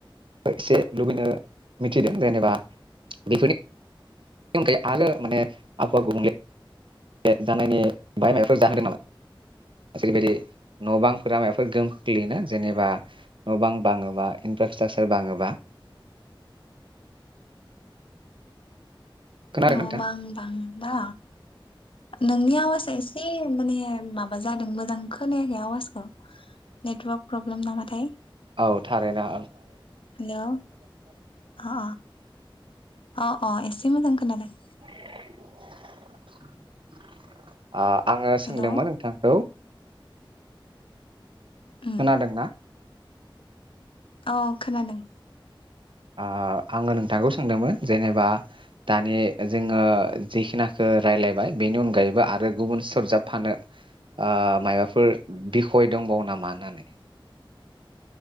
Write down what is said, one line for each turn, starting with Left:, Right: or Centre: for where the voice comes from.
Right: एसे लुबैनो मिथिदों जेनेबा बेफोरनि अनगायै आरो माने आबहावा गुबुंले बे जानायनि बाहाय माबाफोर जाहोदों नामा जेरैबायदि न' बांफोरा माबाफोर गोहोम खोग्लैयनो जेनेबा न' बां बाङोबा इनफ्रास्ट्राकसार बाङोबा <inaudible> खोनादों
Left: न'
Right: नोंथां
Left: बां बां बा नोंनि आवाजआ एसे माने माबा जादों मोजां खोनायाखै आवाजखौ नेटवार्क प्रब्लेम नामाथाय
Right: औ थारैना
Left: हेलौ अ अ अ अ एसे मोजां खोनादों
Right: <unintelligible> आ आङो
Left: हेलौ
Right: सोंदोमोन नोंथांखौ
Left: उम
Right: खोनादोंना?
Left: औ खोनादों
Right: ओ आङो नोंथांखौ सोंदोंमोन जेनेबा दानि जोङो जिखिनाखो रायलायबाय बेनि अनगायैबो आरो गुबुन सरजाबफानो ओ मायबाफोर बिखय दंबावो नामा होननानै